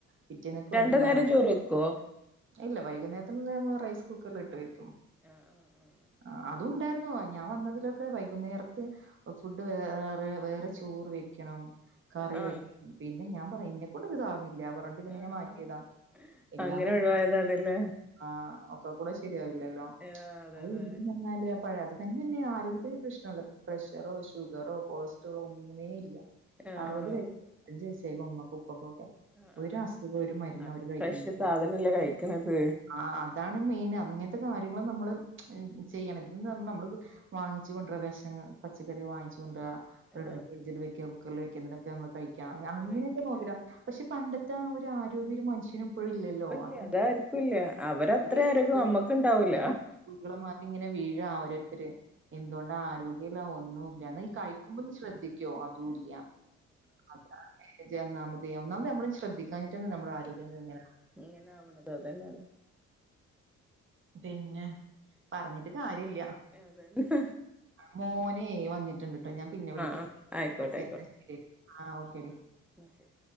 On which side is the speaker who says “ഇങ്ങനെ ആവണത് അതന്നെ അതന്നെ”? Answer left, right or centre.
Centre